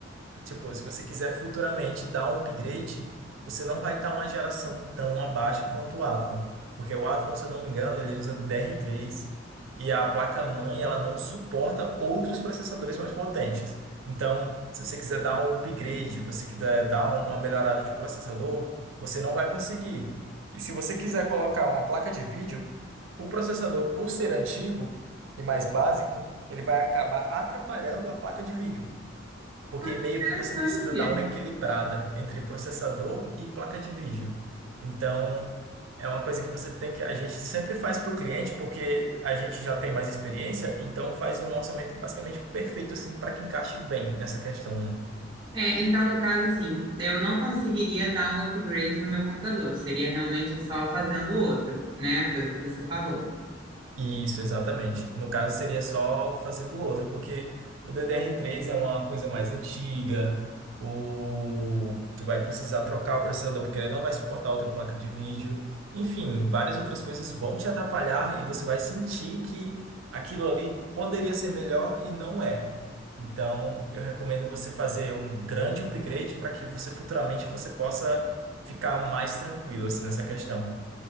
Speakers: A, on the right; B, on the right.
A: Tipo, se você quiser futuramente dar um upgrade, você não vai estar uma geração tão abaixo quanto o Athlon. Porque o Athlon, se eu não me engano, ele usa DR3 e a placa-mãe ela não suporta outros processadores mais potentes. Então, se você quiser dar um upgrade, você quiser dar um- uma melhorada de processador, você não vai conseguir. E se você quiser colocar uma placa de vídeo, o processador, por ser antigo e mais básico, ele vai acabar atrapalhando a placa de vídeo. Porque
B: Ah,
A: meio
B: que interessante.
A: que você precisa dar uma equilibrada entre processador e placa de vídeo. Então, é uma coisa que você tem que. A gente sempre faz para o cliente, porque a gente já tem mais experiência, então faz um orçamento basicamente perfeito, assim, para que encaixe bem nessa questão, né?
B: É, então, no caso, assim, eu não conseguiria dar um upgrade no meu computador, seria realmente só fazendo outro, né? Pelo que você falou.
A: Isso, exatamente. No caso, seria só fazendo outro, porque o ddr três é uma coisa mais antiga, o... tu vai precisar trocar o processador, porque ele não vai suportar outra placa de vídeo. Enfim, várias outras coisas vão te atrapalhar e você vai sentir que aquilo ali poderia ser melhor e não é. Então, eu recomendo você fazer um grande upgrade para que você futuramente você possa ficar mais tranquilo assim nessa questão.